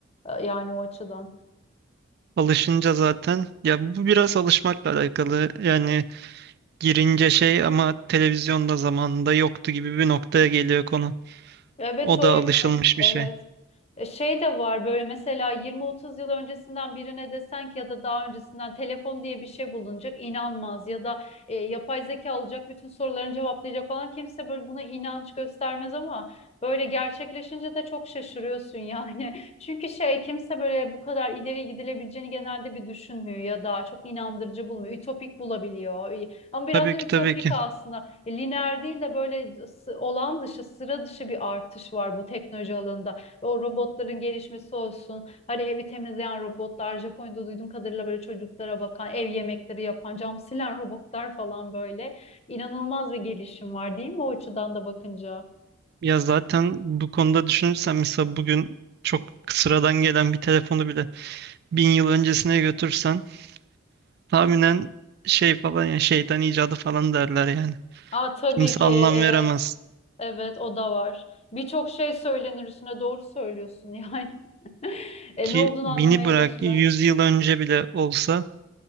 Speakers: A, on the left; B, on the right.
A: Ee, Yani o açıdan.
B: Alışınca zaten ya bu biraz alışmakla alakalı. Yani girince şey ama televizyonda zamanında yoktu gibi bir noktaya geliyor konu.
A: Evet
B: O
A: öyle.
B: da alışılmış
A: Evet.
B: bir şey.
A: E, Şey de var böyle mesela yirmi otuz yıl öncesinden birine desen ki ya da daha öncesinden telefon diye bir şey bulunacak inanmaz ya da e, yapay zeka olacak bütün sorularını cevaplayacak falan kimse böyle buna inanç göstermez ama böyle gerçekleşince de çok şaşırıyorsun yani. <laughs> Çünkü şey kimse böyle bu kadar ileri gidilebileceğini genelde bir düşünmüyor ya da çok inandırıcı bulmuyor. Ütopik bulabiliyor. E, Ama biraz
B: Tabii
A: da
B: ki
A: ütopik
B: tabii ki.
A: aslında. E, Lineer değil de böyle s- olağan dışı, sıra dışı bir artış var bu teknoloji alanında. O robotların gelişmesi olsun. Hani evi temizleyen robotlar, Japonya'da duyduğum kadarıyla böyle çocuklara bakan, ev yemekleri yapan, cam silen robotlar falan böyle. İnanılmaz bir gelişim var değil mi o açıdan da bakınca?
B: Ya zaten bu konuda düşünürsen mesela bugün çok sıradan gelen bir telefonu bile bin yıl öncesine götürsen tahminen şey falan ya şeytan icadı falan derler yani.
A: Aa tabii
B: Kimse
A: ki
B: anlam
A: evet.
B: veremez
A: Evet o da var. Birçok şey söylenir üstüne doğru söylüyorsun yani. <laughs> E,
B: ki
A: ne olduğunu
B: bini
A: anlamaya
B: bırak
A: çalışırlar.
B: yüz yıl önce bile olsa